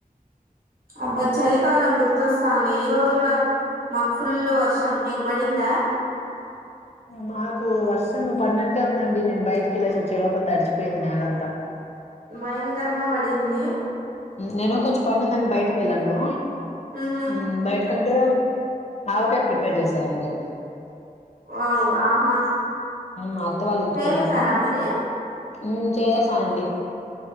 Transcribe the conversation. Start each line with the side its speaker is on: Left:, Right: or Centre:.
Right: అబ్బా చాలీ కాలం అ గుర్తొస్త్ వస్తాంది ఈ రోజు కూడా మాకు ఫుల్ వర్షం మీకు పడిందా
Left: మాకు వర్షం పడినట్టే ఉందండి నేను బయటికి వెళ్ళసి వచ్చే లోపల తడిచపోయింది నేలంతా
Right: భయకరంగా పడిందీ
Left: నేను కొంచెం పని ఉందని బయట వెళ్ళను
Right: ఉహు
Left: మ్మ్ బయట కంటే ఆవ కాయ ప్రిపేర్ చేస్ అంతే
Right: ఓ ఆహా
Left: మాత్తవాళ్ళ
Right: స్టే
Left: ఇంటికెళ్ళాను
Right: చేసారా మరి
Left: మ్మ్ చేసానండి